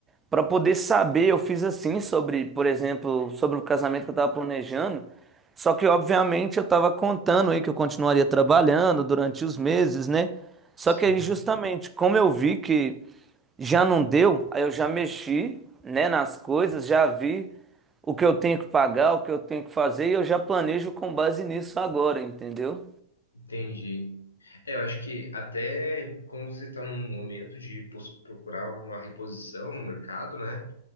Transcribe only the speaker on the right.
Pra poder saber, eu fiz assim sobre, por exemplo, sobre o casamento que eu tava planejando. Só que, obviamente, eu tava contando aí que eu continuaria trabalhando durante os meses, né? Só
que aí, justamente, como eu vi que já não deu, aí eu já mexi, né, nas coisas, já vi o que eu tenho que pagar, o que eu tenho que fazer, e eu já planejo com base nisso agora, entendeu?